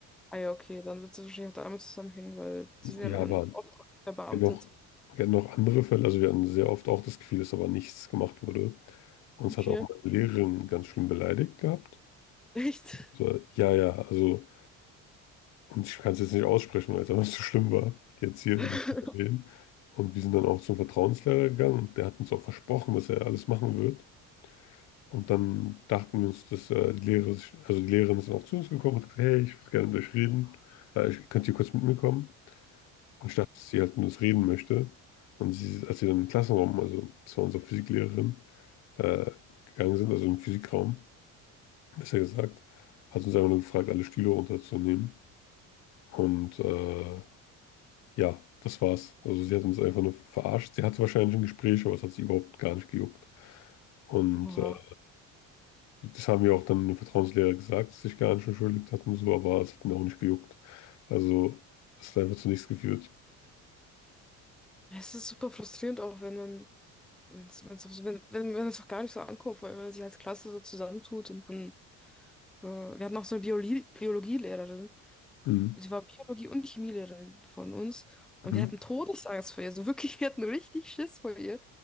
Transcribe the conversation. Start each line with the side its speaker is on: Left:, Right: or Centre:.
Centre: Ah ja, okay, dann wird es wahrscheinlich auch damit zusammenhängen, weil die sind
Left: Ja,
Centre: ja dann
Left: aber
Centre: oft verbeamtet.
Left: wir hatten noch, wir hatten noch andere Fälle, also wir hatten sehr oft auch das Gefühl, dass aber nichts gemacht wurde. Uns
Centre: Okay.
Left: hat auch meine Lehrerin ganz schlimm beleidigt gehabt.
Centre: Echt?
Left: So, ja, ja, also. Und ich kann es jetzt nicht aussprechen, weil es einfach so schlimm war. Die Erzieherin,
Centre: <laughs>
Left: die zu reden. Und wir sind dann auch zum Vertrauenslehrer gegangen und der hat uns auch versprochen, dass er alles machen wird. Und dann dachten wir uns, dass äh, die Lehrerin, sich- also die Lehrerin ist dann auch zu uns gekommen und hat gesagt, hey, ich würde gerne mit euch reden. Äh, ich, könnt ihr kurz mit mir kommen? Und ich dachte, dass sie halt mit uns reden möchte. Und sie, als wir dann im Klassenraum, also das war unsere Physiklehrerin, äh, gegangen sind, also im Physikraum, besser gesagt, hat uns einfach nur gefragt, alle Stühle runterzunehmen. Und äh, Ja, das war's. Also sie hat uns einfach nur verarscht. Sie hatte wahrscheinlich ein Gespräch, aber es hat sie überhaupt gar nicht gejuckt. Und
Centre: Boah.
Left: äh, das haben wir auch dann dem Vertrauenslehrer gesagt, dass sie sich gar nicht entschuldigt hat und so, aber es hat ihn auch nicht gejuckt. Also es hat einfach zu nichts geführt.
Centre: Ja, Es ist super frustrierend auch, wenn man, wenn's, wenn's auch so, wenn, wenn, wenn es auch gar nicht so ankommt, weil wenn man sich als Klasse so zusammentut und dann so, wir hatten auch so eine Bioli- Biologielehrerin,
Left: Mhm.
Centre: sie war Biologie- und Chemielehrerin von uns und
Left: Mhm.
Centre: wir hatten Todesangst vor ihr, so wirklich, wir hatten richtig Schiss vor ihr.